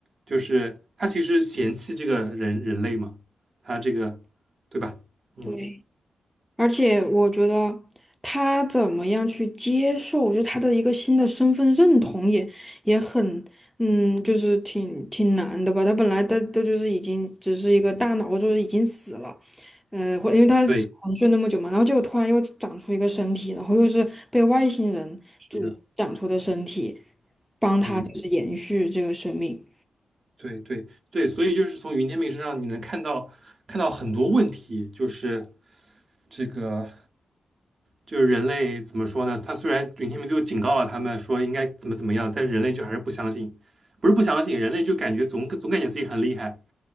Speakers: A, on the right; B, in the centre.
A: 就是他其实嫌弃这个人人类嘛，他这个对吧？嗯，
B: 对。而且我觉得他怎么样去接受，就他的一个新的身份认同也也很，嗯，就是挺挺难的吧。他本来都都就是已经只是一个大脑，就是已经死了，呃，或因为他沉睡那么久嘛，
A: 对，
B: 然后结果突然又长出一个身体，然后又是被外星人就是长出的身体，
A: 是的，
B: 帮他就是延续这个生命。
A: 嗯，对对对，所以就是从云天明身上你能看到看到很多问题，就是这个就是人类怎么说呢？他虽然云天明就警告了他们说应该怎么怎么样，但是人类就还是不相信，不是不相信，人类就感觉总总感觉自己很厉害。